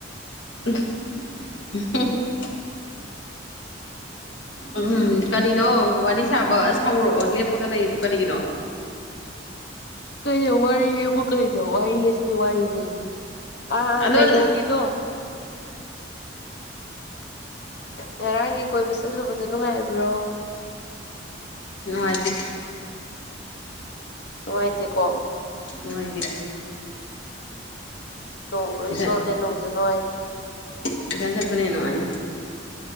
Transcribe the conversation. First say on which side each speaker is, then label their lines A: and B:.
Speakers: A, on the left (about 80°); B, on the left (about 60°).
A: <unintelligible> ꯎꯝꯝ ꯀꯔꯤꯅꯣ ꯋꯥꯔꯤ ꯁꯥꯕ ꯁꯥꯎꯔꯛꯑꯣ ꯂꯦꯞꯄꯒ ꯂꯩꯗꯨ ꯀꯔꯤꯒꯤꯅꯣ
B: ꯀꯩꯅꯣ ꯋꯥꯔꯤꯌꯦꯕꯨ ꯀꯩꯅꯣ ꯋꯥꯔꯤꯁꯤꯗꯤ ꯋꯥꯔꯤꯅꯤ ꯑ
A: ꯑꯗꯣ
B: ꯀꯩ ꯅꯒꯗꯨꯣ ꯉꯔꯥꯡꯒꯤ ꯀꯣꯏꯕ ꯆꯠꯂꯨꯕꯗꯣ ꯅꯨꯡꯉꯥꯏꯕ꯭ꯔꯣ
A: ꯥꯏꯒꯤ
B: ꯅꯨꯡꯉꯥꯏꯇꯦꯀꯣ
A: ꯦ
B: ꯅꯣꯡ ꯂꯣꯏ
A: ꯏꯊꯟ
B: ꯁꯣꯠꯂꯦ ꯅꯣꯡꯁꯨ ꯅꯨꯡꯉꯥꯏ
A: ꯏ ꯆꯕꯅꯅꯨꯡꯉ